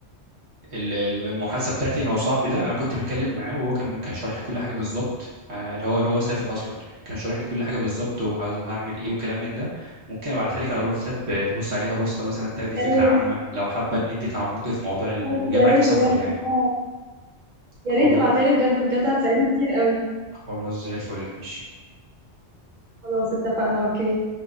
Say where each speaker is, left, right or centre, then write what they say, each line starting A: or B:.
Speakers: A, on the right; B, on the right.
A: ال- المحادثة بتاعتي انا وصاحبي ده انا كنت متكلم معاه وهو كان كان شارح لي كل حاجة بالظبط آه، اللي هو اللي هو سافر اصلا كان شارح لي كل حاجة بالظبط وهعمل ايه وكلام من ده ممكن ابعتها لك على الواتساب آه، تبص عليها بصة مثلا تاخدي
B: يا
A: فكرة
B: ريت
A: عامة لو حابة ان انت تعمقي في موضوع ال...
B: خلاص،
A: وجاي
B: يا
A: معاكي
B: ريت
A: سفر
B: بجد
A: يعني
B: اه يا
A: خلاص
B: ريت تبعتها لي بجد بجد هتساعدني كتير قوي
A: خلاص زي الفل ماشي
B: خلاص اتفقنا اوكي